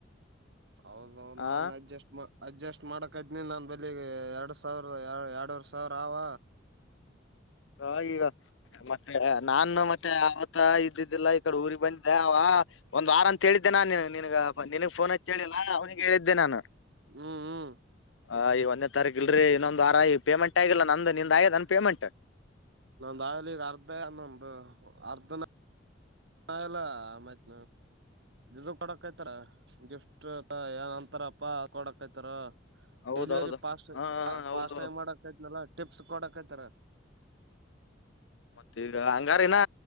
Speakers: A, on the right (about 65°); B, on the left (about 85°).
A: ಅವರದ್ ಅವರ
B: ಆ
A: ನಾನ್ ಅಡ್ಜಸ್ಟ್ ಮಾ ಅಡ್ಜಸ್ಟ್ ಮಾಡಕ ಅದನಿ ಅಲ್ ನನ್ನ ಬಲಿಗೆ ಎರಡ್ ಸಾವಿರ ಎರಡೂ ವರಿ ಸಾವಿರ ಆವ
B: ಅ ಈಗ ಮತ್ತೆ ನಾನು ಮತ್ತೆ ಆತ್ತ ಇದ್ದಿದ್ದಿಲ್ಲ ಈ ಕಡೆ ಊರಿಗೆ ಬಂದಿದ್ದೆ ಅವ ಒಂದ್ ವಾರ ಅಂತ ಹೇಳಿದ್ದೆ ನಾನ್ ನಿನ್ಗ ನಿನಗ್ ಫೋನ್ ಹಚ್ಚೇಳಿಲ್ಲ ಅವನಿಿಗೆ ಹೇಳಿದ್ದೆ ನಾನು
A: ಹ್ಮ್ ಹ್ಮ್
B: ಹ ಈ ಒಂದೆ ತರ್ಗಿಲ್ರರಿ ಇನೊಂದ್ವಾರ ಪೇಮೆಂಟ್ ಆಗಿಲ್ಲ ನಂದು ನಿಂದ್ ಆಯದ ಅನ್ ಪೇಮೆಂಟ್
A: ನಾವಲಿ ಈಗ ಅರ್ಧ ಅನ್ನೊಂದು ಅರ್ಧನ ನ ಎಲ್ಲ ಮತ್ ಅ ಕೊಡಕ್ಯ್ತಾರ ಗಿಫ್ಟ್ ಏನ್ಂತ ಪ್ಪಾ ಕೊಡಕ್ತಾರ
B: ಹೌದೌದು
A: ಡೆಲಿವರಿ ಫಾಸ್ಟ್
B: ಹಾ ಹೌದು
A: ಫಾಸ್ಟ್ ಟೈಮ್ ಮಾಡಕ್ೈತ್ನಲ ಟಿಪ್ಸ್ ಕೊಡಕೈತಾರ
B: ಮತ್ತ ಈಗ ಹಂಗಾರನಾ